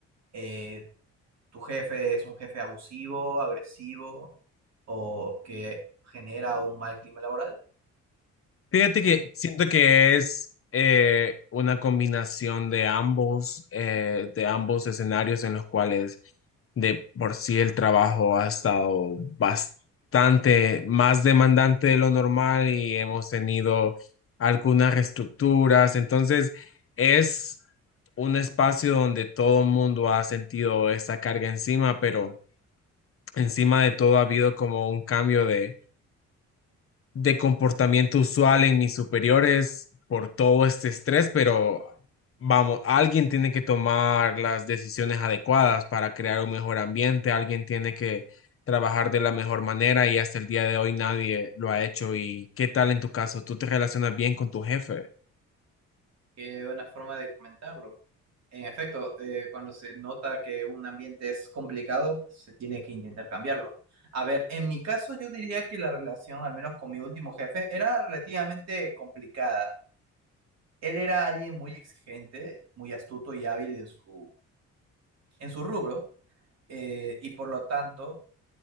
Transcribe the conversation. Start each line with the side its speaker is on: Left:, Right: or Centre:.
Right: eh, tu jefe es un jefe abusivo, agresivo o que genera un mal clima laboral.
Left: Fíjate que siento que es eh, una combinación de ambos, eh, de ambos escenarios en los cuales de por sí el trabajo ha estado bastante más demandante de lo normal y hemos tenido algunas reestructuras. Entonces, es un espacio donde todo el mundo ha sentido esa carga encima, pero encima de todo ha habido como un cambio de, de comportamiento usual en mis superiores por todo este estrés, pero vamos, alguien tiene que tomar las decisiones adecuadas para crear un mejor ambiente, alguien tiene que trabajar de la mejor manera y hasta el día de hoy nadie lo ha hecho. ¿Y qué tal en tu caso? ¿Tú te relacionas bien con tu jefe?
Right: Qué buena forma de comentarlo. En efecto, eh, cuando se nota que un ambiente es complicado, se tiene que intentar cambiarlo. A ver, en mi caso yo diría que la relación, al menos con mi último jefe, era relativamente complicada. Él era alguien muy exigente, muy astuto y hábil en su, en su rubro, eh, y por lo tanto,